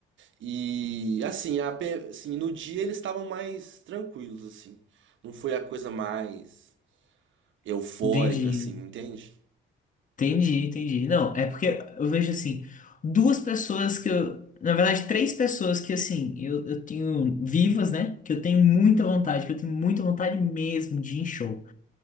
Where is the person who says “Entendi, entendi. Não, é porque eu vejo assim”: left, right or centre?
Left